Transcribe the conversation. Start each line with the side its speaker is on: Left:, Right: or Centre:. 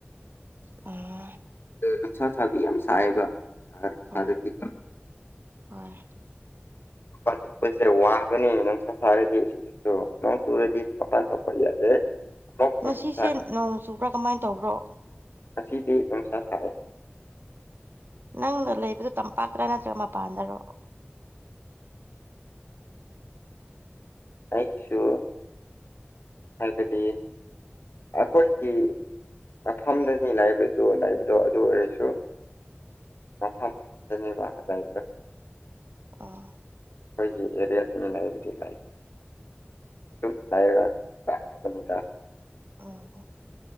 Right: ꯑꯣ
Left: ꯑꯗꯨ ꯅꯨꯡꯁꯥ ꯁꯥꯕꯗꯤ ꯌꯥꯝ ꯁꯥꯏꯕ ꯁꯥ
Right: ꯍꯣꯏ
Left: ꯁꯥꯔꯗꯤꯀ
Right: ꯍꯣꯏ
Left: ꯄꯥꯊꯨꯞꯁꯦ ꯋꯥꯕꯅꯤ ꯅꯪꯁ ꯁꯔꯗꯤ ꯁꯨ ꯅꯣꯡ ꯆꯨꯔꯗꯤ ꯃꯄꯥꯟ ꯊꯣꯛꯄ ꯌꯥꯗꯦ ꯑꯃꯨꯛ
Right: ꯉꯁꯤꯁꯦ
Left: ꯅꯨꯡꯁꯥ ꯁꯥ
Right: ꯅꯣꯡ ꯆꯨꯕ꯭ꯔꯥ ꯀꯃꯥꯏ ꯇꯧꯕ꯭ꯔꯣ
Left: ꯑꯁꯤꯗꯤ ꯅꯨꯡꯁꯥ ꯁꯥꯔꯦ
Right: ꯅꯪꯅ ꯂꯩꯕꯗꯣ ꯇꯝꯄꯥꯛꯇꯔ ꯅꯠꯇ꯭ꯔꯒ ꯃꯄꯥꯟꯗꯔꯣ
Left: ꯑꯩ ꯁꯨ ꯍꯥꯏꯕꯗꯤ ꯑꯈꯣꯏꯒꯤ ꯃꯐꯝꯗꯅꯤ ꯂꯥꯏꯕꯗꯣ ꯂꯥꯏꯕꯗꯣ ꯑꯗꯨ ꯑꯣꯏꯔꯁꯨ ꯃꯊꯛ ꯗꯅꯦꯕ ꯂꯩꯗꯣ
Right: ꯑꯥ
Left: ꯑꯩꯈꯣꯏꯒꯤ ꯑꯦꯔꯤꯌꯥ ꯇꯨꯃꯤꯟꯅꯗꯨꯗꯤ ꯂꯩ ꯑꯗꯨꯝ ꯂꯩꯔꯒ ꯑꯗꯨꯗ
Right: ꯎꯝ